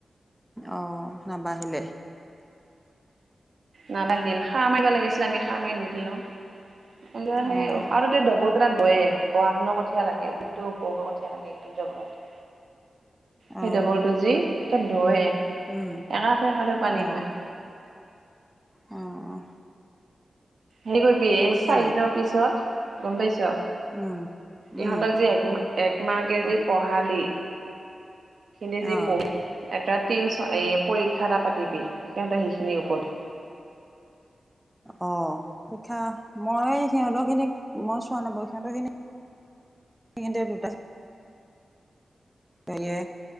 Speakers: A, in the centre; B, on the right.
A: অ', নাবাঢ়িলে।
B: নাবাঢ়িল সাৰ মাৰিবা লাগিছিলে আমি সাৰ মাৰি নিদিলোঁ সেই
A: অ',
B: আৰু তাতে তাত বয়ে বৰা ধানৰ কঠীয়া লাগে কঠীয়া লাগে সেইটো জ বলত সেই
A: অ',
B: ডবলটো যি একে দৱে
A: উম,
B: একাঠু, একাঠু পানী
A: অ',
B: হয়।
A: অ'।
B: হেৰি কৰিবি এই
A: ওখ কঠীয়া
B: চাৰিদিনৰ
A: লাগিব।
B: পিছত গ'ম পাইছ
A: উম,
B: ইহঁতক
A: উম।
B: যে এক একমাহে যে
A: অ',
B: পঢ় ভাল ই হিনিটে জি
A: অ',
B: পঢ়ি এটা টিম এ <unintelligible> পৰীক্ষা এটা পাতিবি সিহঁতে সেইখিনিৰ ওপৰতে।
A: অ', পখীয়া মই সিহঁতৰ খিনিক মই চোৱা নাপওঁ সিহঁতৰ খিনিক সেইখিনিতে দুটা হেৰিয়ে